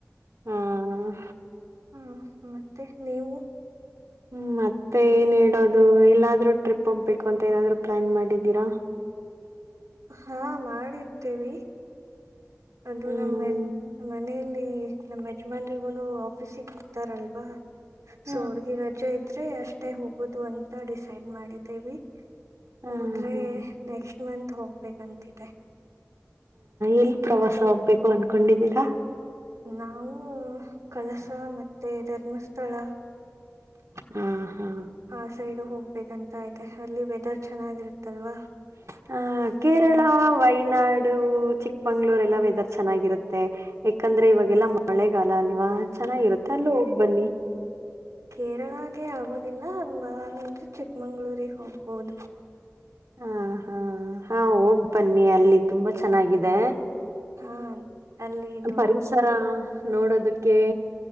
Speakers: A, on the right (about 70°); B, on the right (about 85°).
A: ಹ್ಮ.
B: ಹ್ಮ್ ಮತ್ತೆ ನೀವು.
A: ಹ್ಮ್ ಮತ್ತೆ ಏನ್ ಹೇಳೋದು ಎಲ್ಲಾದ್ರೂ ಟ್ರಿಪ್ ಹೋಗ್ಬೇಕು ಅಂತ ಏನಾದ್ರು ಪ್ಲಾನ್ ಮಾಡಿದ್ದೀರಾ.
B: ಹಾ ಮಾಡಿದ್ದೇವಿ. ಅದು
A: ಹ್ಮ್
B: ನಮ್ಮ ಮನಲಿ ನಮ್ಮ್ ಯಜಮಾನ್ರಿಗೂನು ಆಫೀಸಿಗೆ ಹೋಗತಾರಲ್ವಾ.
A: ಹಾ
B: ಸೊ ಅವರ್ಗ ರಜೆ ಇದ್ರೆ ಅಷ್ಟೇ ಹೋಗುದು ಅಂತ ಡಿಸೈಡ್ ಮಾಡಿದ್ದೇವಿ.
A: ಹಾ
B: ಹೋದ್ರೆ
A: ಹಾ
B: ನೆಕ್ಸ್ಟ್ ಮಂತ್ ಹೋಗ್ಬೇಕಂತಿದೆೆ.
A: ಎಲ್ಲಿ ಪ್ರವಾಸ ಹೋಗ್ಬೇಕು ಅನ್ಕೊಂಡಿದ್ದೀರಾ.
B: ನಾವು ಕಳಸ ಮತ್ತೆ ಧರ್ಮಸ್ಥಳ.
A: ಹ್ಮ ಹಾ.
B: ಆ ಸೈಡು ಹೋಗ್ಬೇಕಂತ ಇತೆ ಅಲ್ಲಿ ವೆದರ್ ಚೆನ್ನಾಗಿರುತ್ತಲ್ವಾ
A: ಹ ಕೇರಳ
B: ಸೊ
A: ವಯನಾಡು ಚಿಕ್ಕಮಂಗ್ಳೂರ್ ಎಲ್ಲ ವೆದರ್ ಚೆನ್ನಾಗಿರುತ್ತೆ ಯಾಕಂದ್ರೆ ಇವಾಗೆಲ್ಲಾ ಮಳೆಗಾಲ ಅಲ್ವಾ ಚೆನ್ನಾಗಿರುತ್ತೆ ಅಲ್ ಹೋಗ್ಬನ್ನಿ
B: ಕೇರಳಾಗೆ ಆಗೋದಿಲ್ಲ ಅಂದ ಅಂದ್ರೆ ಚಿಕ್ಮಂಗ್ಳೂರಿಗೆ ಹೋಗ್ಬೋದು.
A: ಹಾ ಹಾ ಹಾ ಹೋಗ್ ಬನ್ನಿ ಅಲ್ಲಿ ತುಂಬಾ ಚೆನ್ನಾಗಿದೆ.
B: ಹಾ. ಅಲ್ಲಿ ಇದು
A: ಪರಿಸರ ನೋಡೋದಕ್ಕೆ